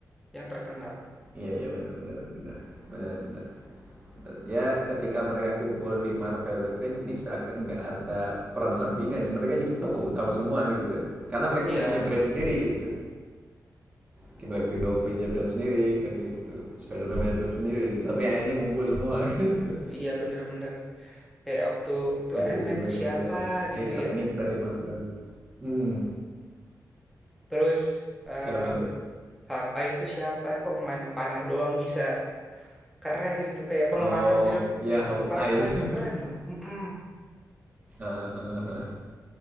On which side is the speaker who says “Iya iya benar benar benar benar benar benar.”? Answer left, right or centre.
Right